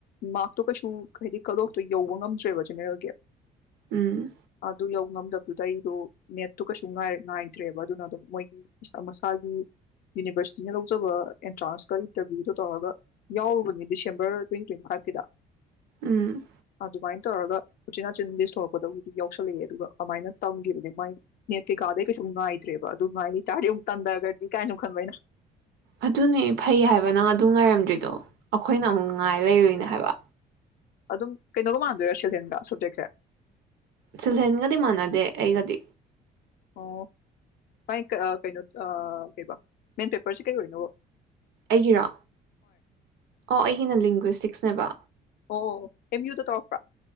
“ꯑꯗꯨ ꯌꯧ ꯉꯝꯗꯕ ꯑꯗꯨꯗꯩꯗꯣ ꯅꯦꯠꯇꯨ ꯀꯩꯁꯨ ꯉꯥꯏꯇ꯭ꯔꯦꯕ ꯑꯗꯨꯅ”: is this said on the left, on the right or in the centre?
Left